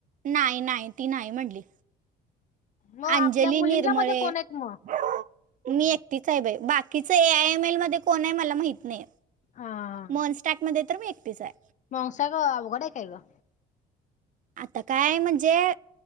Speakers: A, on the right; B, on the left.
A: नाही नाही ती नाही म्हटली.
B: मग
A: अंजली
B: आपल्या मुलींच्या
A: निर्मळे
B: मध्ये कोण आहेत मग?
A: मी एकटीच आहे बाई बाकीच ए आय एम एल मध्ये कोण आहे मला माहित नाही.
B: हा
A: मॉनस्टॅकमध्ये तर मी एकटीच हाय.
B: मावसा ग अवघड आहे काय ग
A: आता काय म्हणजे